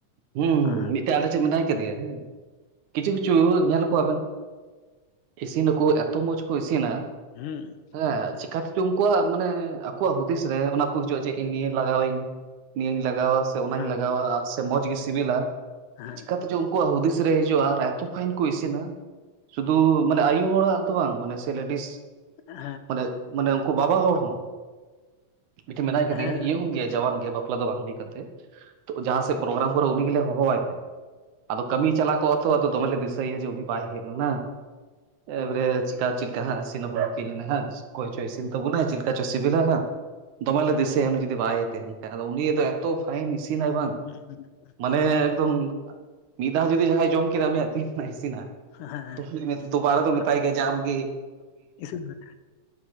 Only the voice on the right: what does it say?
ᱦᱩᱸ <inaudible>
ᱴ ᱢᱤᱫᱴᱮᱡ ᱟᱞᱮ ᱥᱮᱫ ᱢᱮᱱᱟᱭ ᱠᱟᱫᱮᱭᱟ ᱦᱮᱸ ᱠᱤᱪᱷᱩ ᱠᱤᱪᱷᱩ ᱧᱮᱞ ᱠᱚᱣᱟᱵᱮᱱ ᱤᱥᱤᱱᱟᱠᱚ ᱮᱛᱚ ᱢᱚᱸᱡᱽ ᱠᱚ ᱤᱥᱤᱱᱟ
ᱦᱮᱸ ᱪᱮᱠᱟᱛᱮ ᱪᱚᱝ ᱠᱚ ᱩᱱᱠᱩᱣᱟᱜ ᱢᱟᱱᱮ ᱟᱠᱚᱣᱟᱜ ᱦᱩᱫᱤᱥ ᱨᱮ ᱚᱱᱟ ᱠᱚ ᱦᱤᱡᱩᱜᱼᱟ ᱡᱮ ᱤᱧ ᱱᱤᱭᱟᱹ ᱞᱟᱜᱟᱣᱤᱧ᱾ ᱱᱤᱭᱟᱹᱧ ᱞᱟᱜᱟᱣᱟ ᱥᱮ ᱚᱱᱟᱧ
ᱞᱟᱜᱟᱣᱟ ᱟᱨ ᱥᱮ ᱢᱚᱸᱡᱽᱜᱤ ᱥᱤᱵᱤᱞᱟ
ᱪᱤᱠᱟᱛᱮ ᱪᱚᱝ ᱟᱠᱚᱣᱟᱜ ᱦᱩᱫᱤᱥ ᱨᱮ ᱦᱤᱡᱩᱜᱼᱟ ᱟᱨ ᱮᱛᱚ ᱯᱷᱟᱭᱤᱱ ᱠᱚ ᱤᱥᱤᱱᱟ ᱥᱩᱫᱷᱩ ᱢᱟᱱᱮ ᱟᱭᱩ ᱦᱚᱲᱟᱜ ᱫᱚ ᱵᱟᱝ ᱢᱟᱱᱮ ᱥᱮ ᱞᱮᱰᱤᱥ
ᱢᱟᱱᱮ ᱢᱟᱱᱮ ᱩᱱᱠᱩ ᱵᱟᱵᱟ ᱦᱚᱲ ᱦᱚᱸ᱾ ᱢᱤᱫᱴᱮᱱ ᱢᱮᱱᱟᱭ ᱠᱟᱫᱮᱭᱟ
ᱤᱭᱚᱝ ᱜᱮᱭᱟᱭ ᱡᱟᱣᱟᱱ ᱜᱮᱭᱟᱭ ᱵᱟᱯᱞᱟ ᱫᱚ ᱵᱟᱝ ᱦᱩᱭ ᱠᱟᱱ ᱛᱟᱭᱟ ᱛᱚ ᱡᱟᱦᱟᱸ ᱥᱮᱫ ᱯᱨᱳᱜᱨᱟᱢ ᱠᱚᱨᱮ ᱩᱱᱤ ᱜᱮᱞᱮ ᱦᱚᱦᱚᱣᱟᱭ ᱛᱮ ᱟᱫᱚ ᱠᱟᱹᱢᱤ ᱪᱟᱞᱟᱣ ᱠᱚ ᱛᱚ ᱟᱫᱚ ᱫᱚᱢᱮ ᱞᱮ ᱫᱤᱥᱟᱹᱭᱭᱟ ᱡᱮ ᱩᱱᱤ ᱵᱟᱭ ᱦᱮᱡ ᱞᱮᱱᱟ ᱮᱵᱟᱨᱮᱡ ᱪᱮᱞᱮᱠᱟ ᱦᱟᱸᱜ ᱤᱥᱤᱱᱵᱚᱱ ᱦᱟᱸᱜ ᱚᱠᱚᱭ ᱪᱚᱭ ᱤᱥᱤᱱ ᱛᱟᱵᱚᱱᱟᱭ ᱪᱮᱫᱞᱮᱠᱟ ᱪᱮᱫᱠᱟ ᱪᱚ ᱥᱮᱵᱮᱞᱟ ᱦᱟᱸᱜ ᱫᱚᱢᱮ ᱞᱮ ᱫᱤᱥᱟᱹᱭᱟ ᱩᱱᱤ ᱡᱩᱫᱤ ᱵᱟᱭ ᱛᱟᱦᱮᱱ ᱠᱷᱟᱱ ᱩᱱᱤ ᱫᱚ ᱮᱛᱚ ᱯᱷᱟᱭᱤᱱ ᱤᱥᱤᱱᱟᱭ ᱵᱟᱝ
ᱢᱟᱱᱮ ᱮᱠᱫᱚᱢ ᱢᱤᱫ ᱫᱷᱟᱣ ᱡᱩᱫᱤ ᱡᱟᱦᱟᱸᱭ ᱡᱚᱢ ᱠᱮᱫᱟ ᱩᱱᱤᱭᱟᱜ ᱛᱤᱨᱮᱱᱟᱜ ᱤᱥᱤᱱᱟᱜ
ᱫᱩᱵᱟᱨᱟ ᱫᱚ
ᱢᱮᱛᱟᱭ ᱜᱮᱭᱟ ᱡᱮ ᱟᱢ ᱜᱮ